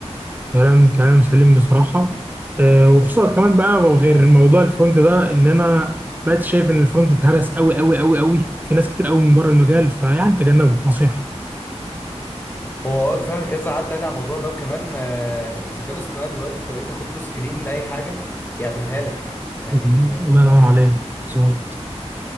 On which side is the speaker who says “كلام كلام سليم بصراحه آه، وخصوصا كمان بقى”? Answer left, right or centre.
Right